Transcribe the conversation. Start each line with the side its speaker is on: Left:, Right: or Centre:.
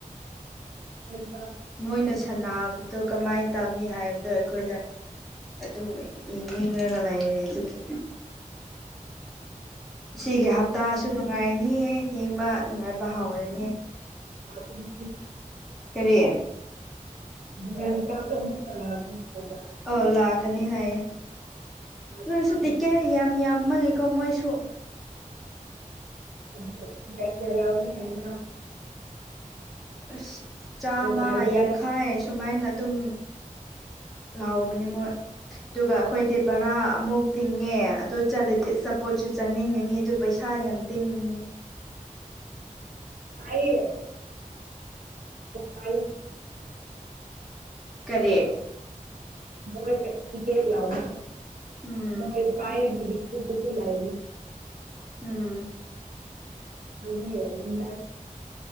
Right: ꯍ <unintelligible>
Centre: ꯃꯣꯏꯅ ꯁꯥꯟꯅꯕꯗꯣ ꯀꯃꯥꯏꯅ ꯇꯧꯅꯤ ꯍꯥꯏꯕꯗꯣ ꯑꯩꯈꯣꯏꯗ ꯑꯗꯨꯝ ꯌꯦꯡꯅꯤꯡꯉ <unintelligible> ꯑꯗꯨꯒꯤ ꯁꯤꯒꯤ ꯍꯞꯇꯥꯁꯨ ꯅꯨꯡꯉꯥꯏꯔꯅꯤ ꯌꯦꯡꯕ ꯅꯨꯡꯉꯥꯏꯕ ꯍꯥꯎꯔꯅꯤ
Right: ꯎ <unintelligible>
Centre: ꯀꯔꯤꯌꯦ
Right: ꯙꯔꯀꯥ ꯀꯃꯨꯛꯛꯇ ꯂꯥꯗꯅꯤ ꯍꯥꯏ
Centre: ꯑꯧ ꯂꯥꯛꯀꯅꯤ ꯍꯥꯏꯌꯦ
Right: ꯃꯊꯥꯡ
Centre: ꯑꯗꯨꯣꯏꯁꯨ ꯇꯤꯛꯀꯦ ꯌꯥꯝ ꯌꯥꯝꯃꯒꯦꯀꯣ ꯃꯣꯏꯁꯨ
Right: ꯑꯗꯨꯗꯣ ꯀꯌꯥ ꯀꯌꯥ ꯂꯥꯎꯕꯤ ꯍꯥꯏꯅ
Centre: ꯑ ꯆꯥꯝꯃ
Right: ꯄꯥꯏꯗꯣꯏꯔ
Centre: ꯌꯥꯡꯈꯥꯏ ꯁꯨꯃꯥꯏꯅ ꯑꯗꯨꯝ ꯂꯥꯎꯕꯅꯦ ꯃꯣꯏ ꯑꯗꯨꯒ ꯑꯩꯈꯣꯏꯗꯤ ꯕꯔꯥ ꯑꯃꯨꯛ ꯇꯤꯡꯉꯦ ꯑꯗꯨꯗ ꯆꯠꯂꯗꯤ ꯑ ꯆꯆꯥꯄꯣꯠꯁꯨ ꯆꯥꯅꯤꯡꯉꯅꯤ ꯑꯗꯨ ꯄꯩꯁꯥ ꯌꯥꯝ ꯇꯤꯡꯉꯅꯤ <unintelligible>
Right: ꯄꯌꯦꯗ ꯄ
Centre: ꯀꯔꯤꯦ
Right: ꯃꯣꯏ ꯄꯀꯦ ꯂꯥꯎꯅ
Centre: ꯎꯝ
Right: ꯃꯣꯏ ꯄꯥꯏ ꯨ ꯇꯁꯨ ꯂꯥꯏ
Centre: ꯎꯝ
Right: ꯂꯑꯅ